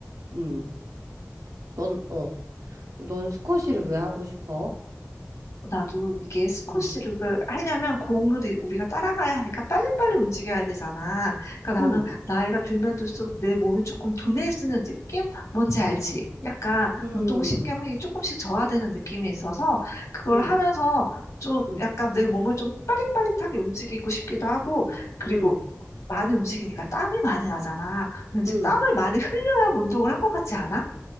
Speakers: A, on the right; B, on the left.
A: 음, 넌, 어, 넌 스쿼시를 왜 하고 싶어?
B: 나도 이게 스쿼시를
A: 음,
B: 하려면 공을 이- 우리가 따라가야 하니까 빨리빨리 움직여야 되잖아. 그러니까
A: 음,
B: 나는 나이가 들면 들수록 내 몸이 조금 둔해지는 느낌? 뭔지 알지?
A: 음,
B: 약간
A: 음,
B: 운동신경이 조금씩 저하되는 느낌이 있어서 그걸
A: 음,
B: 하면서 좀
A: 음,
B: 약간 내 몸을 좀 빠릿빠릿하게 움직이고 싶기도 하고 그리고
A: 음,
B: 많이 움직이니까 땀이 많이 나잖아. 왠지
A: 음.
B: 땀을 많이 흘려야 운동을 한 것 같지 않아?